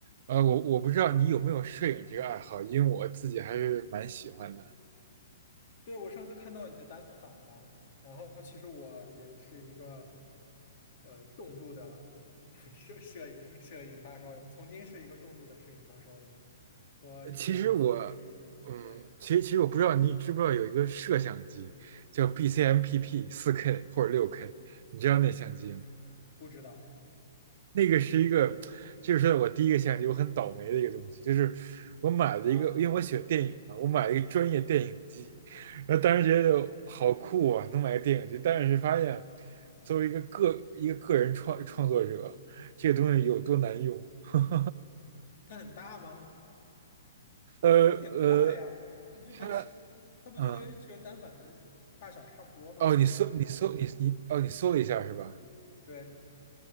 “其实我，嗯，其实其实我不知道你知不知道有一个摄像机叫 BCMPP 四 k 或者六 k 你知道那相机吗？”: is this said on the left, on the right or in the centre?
Right